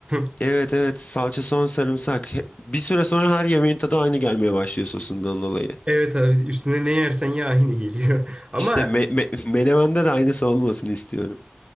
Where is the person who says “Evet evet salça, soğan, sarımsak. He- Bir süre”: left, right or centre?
Left